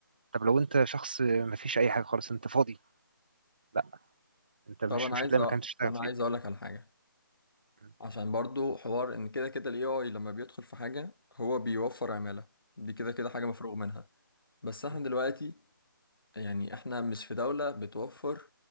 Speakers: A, on the right; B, on the left.
A: طب لو انت شخص ما فيش اي حاجه خالص انت فاضي لا انت مش
B: طب أنا
A: مش
B: عايز
A: هتلاقي
B: أ...
A: مكان تشتغل
B: أنا
A: فيه
B: عايز أقول لك على حاجة
A: م-
B: عشان برضو حوار ان كده كده الاي اي لما بيدخل في حاجة هو بيوفر عمالة دي كده كده حاجة مفروغ منها بس احنا
A: م-
B: دلوقتي يعني احنا مش في دولة بتوفر